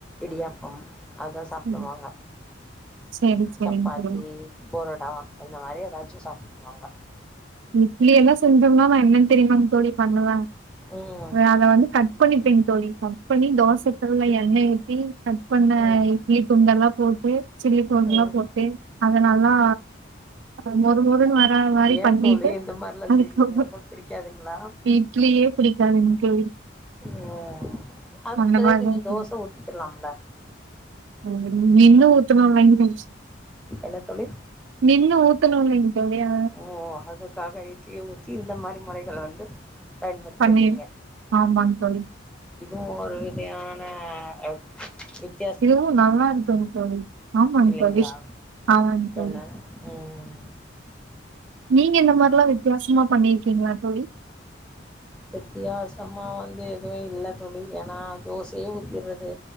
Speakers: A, in the centre; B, on the right (about 75°).
A: இடியாப்பம் அதா சாப்டுவாங்க
B: சரி சரி, சரிங்க
A: ச்சப்பாத்தி
B: தோழி.
A: பொரோட்டா இந்த மாரி ஏதாச்சு சாப்ட்ருவாங்க
B: நிட்லி எல்லா செஞ்சோம்னா நா என்னன் தெரிமாங் தோழி பண்ணுவே
A: ம்
B: அ அத வந்து கட் பண்ணிட்டிங் தோழி கட் பண்ணி தோசைகள்ல எண்ணெய் ஊத்தி கட் பண்ண
A: ம்
B: இட்லி துண்டல்லா போட்டு சில்லி பொருள்குலா
A: ம்
B: போட்டு அதனல்லா அ மொறு மொறுன் வரா மாரி
A: ஏன்
B: பண்ணிட்டு
A: தோழி இந்த மாதிரிலாம்
B: அதுக்
A: செய்கிறீங்க
B: ஹுஹு
A: உங்களுக்கு பிடிக்காதுங்களா
B: பி இட்லியே பிடிக்காதுங் தோழி
A: ஓ அதுக்பு
B: அந்த மாரிதாங்
A: நீங்க
B: தோழி.
A: தோச ஊத்திக்கலாம்லா
B: ஆ நின்னு ஊத்தனு வெங்கிம்ஸ்
A: என்ன தோழி
B: நின்னு ஊத்துனுலிங் தோழியா
A: ஓஓ ஹதுக்காக இட்லி ஊத்தி இந்த மாரி முறைகள வந்து பயன்படுத்துறீங்க
B: பன்னீர் ஆமாங்க தோழி
A: இதுவு ஒரு விதையான எப் இத்
B: இதெவ்வு நல்லா இருக்குங் தோழி ஆமாங்
A: இல்லைங்களா
B: தோழிஷ் ஆமாங் தோழி
A: என்ன ம்
B: நீங்க இந்த மார்லா வித்யாசமா பண்ணீர்க்கீங்ளா தோழி
A: வித்தியாசமா வந்து எதுவு இல்ல துளி எனா தோசையே ஊத்திறது